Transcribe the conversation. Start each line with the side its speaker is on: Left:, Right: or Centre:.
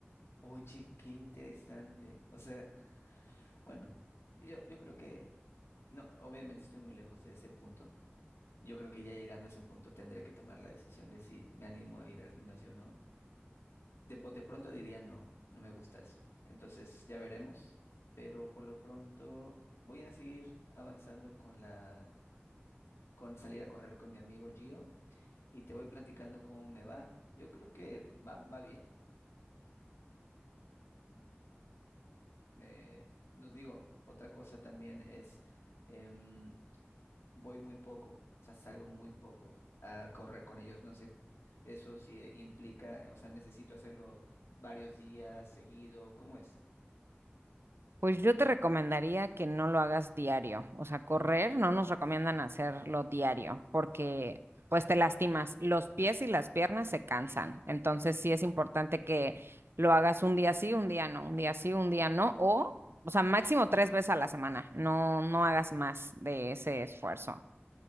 Left: Oye, qué interesante. O sea, bueno, yo, yo creo que no, obviamente estoy muy lejos de ese punto. Yo creo que ya llegando a ese punto tendré que tomar la decisión de si me animo a ir al gimnasio o no. De, po- de pronto diría no, no me gusta eso. Entonces ya veremos, pero por lo pronto voy a seguir avanzando con la, con salir a correr con mi amigo Gio y te voy platicando cómo me va. Yo creo que va, va bien. Eh, nos digo, otra cosa también es em, voy muy poco, o sea, salgo muy poco a correr con ellos, no sé, eso sí implica, o sea, necesito hacerlo varios días seguido, ¿cómo es?
Right: Pues yo te recomendaría que no lo hagas diario, o sea, correr no nos recomiendan hacerlo diario porque pues te lastimas, los pies y las piernas se cansan, entonces sí es importante que lo hagas un día sí, un día no, un día sí, un día no, o, o sea, máximo tres veces a la semana, no, no hagas más de ese esfuerzo